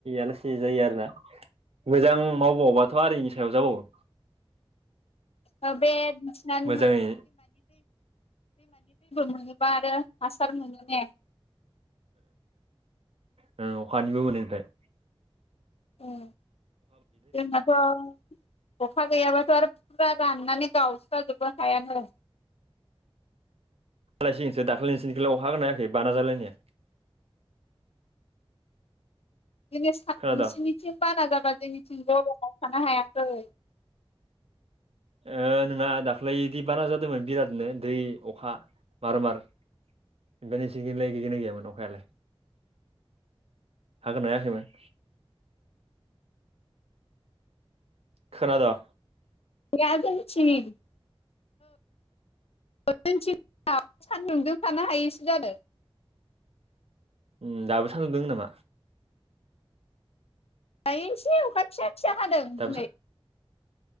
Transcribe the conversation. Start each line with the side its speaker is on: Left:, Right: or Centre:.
Right: आलासि जायो आरोना। मोजां मावबावबाथ' आरो इनि सायाव जाबावो।
Left: <unintelligible> दैेबो
Right: मोजाङै
Left: मोनोबा आरो हासार मोनो ने?
Right: ओ अखानिबो मोनोथाय।
Left: औ आमबाथ' अखा गैयाबाथ' आरो फुरा राननानै गावस्राजोबो हायानो।
Right: हालाय सिगोनसो दाखालै नोंसोरनिथिंलाय अखा हादोंना हायाखै बाना जालायनाया।
Left: जोंनिया सा
Right: खोनादों
Left: नोंसोरनिथिं बाना जाबा जोंनिथिं गर'माव थानो हायाखै।
Right: ओ नोंना दाखालैदि बाना जादोंमोन बिरादनो दै अखा मार-मार। ओमफ्राय नोसोरनिथिंलाय गैदिना गैयामोन अखायालाय? हागोन नायाखैमोन खोनादों?
Left: गैया जोंनिथिं। <unintelligible> सानदुंजों थानो हायैसो जादों।
Right: उम दाबो सानदुं दोङो नामा?
Left: गायनोसै अखा फिसा फिसा हादों
Right: दाबो
Left: दिनै।